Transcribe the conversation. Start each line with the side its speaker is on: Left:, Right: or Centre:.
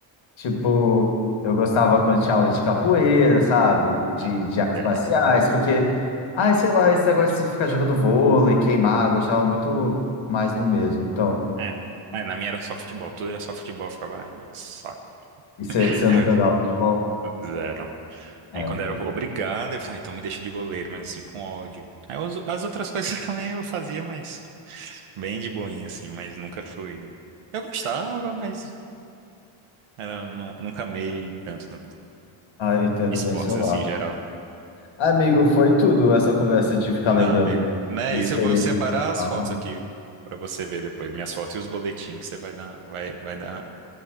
Left: Tipo, eu gostava quando tinha aula de capoeira, sabe? De,
Right: Ah,
Left: de artes
Right: olha aí.
Left: marciais, porque, ai, sei lá, esse negócio de ficar jogando vôlei, queimado, eu achava muito mais do mesmo. Então,
Right: É, não. É, na minha era só futebol, tudo era só futebol, eu ficava, ai, meu que saco.
Left: e se,
Right: <laughs>
Left: se eu
Right: Aí
Left: não
Right: eu
Left: jogava futebol?
Right: Zero. Aí
Left: É,
Right: quando era
Left: pois-
Right: obrigado, eu falei, ah, então me deixa de goleiro, mas assim, com ódio. Aí os- as outras <laughs> coisas também eu fazia, mas bem de boinha, assim, mas nunca fui. Eu gostava, mas era, nu- nunca amei tanto, tanto
Left: ah, eu entendo
Right: esportes
Left: bem seu
Right: assim
Left: lado.
Right: em geral.
Left: Amigo, foi tudo essa conversa de ficar
Right: Não,
Left: lembrando
Right: amigo, né?
Left: de
Right: Isso
Left: experiências
Right: eu vou separar
Left: pessoais.
Right: as fotos aqui pra você ver depois, minhas fotos e os boletins que você vai dar, vai, vai dar